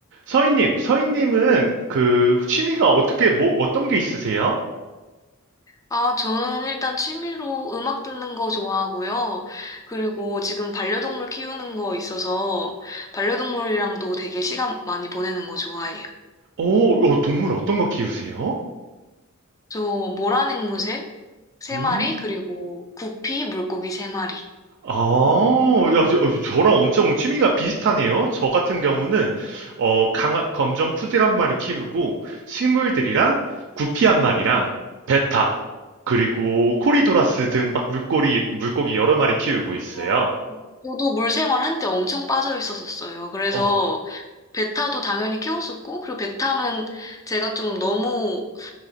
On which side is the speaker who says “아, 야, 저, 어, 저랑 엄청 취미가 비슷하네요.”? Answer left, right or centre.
Right